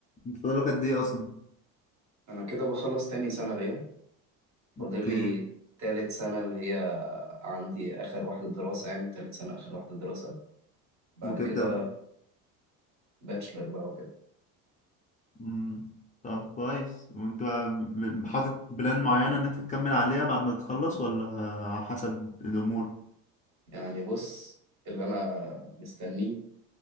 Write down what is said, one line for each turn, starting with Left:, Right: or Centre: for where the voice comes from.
Left: انت فاضلك قد ايه اصلا
Right: انا كده بخلص تاني سنة ليا
Left: اوكي
Right: فاضل لي تالت سنة اللي هي عندي اخر واحدة دراسة يعني تالت سنة اخر واحدة دراسة بعد
Left: وتبدا
Right: كده باتشلر بقى وكده
Left: مم. طب كويس وانت ب- حاطط بلان معينة ان انت تكمل عليها بعد ما تخلص ولا حسب الامور
Right: يعني بص اللي انا مستنيه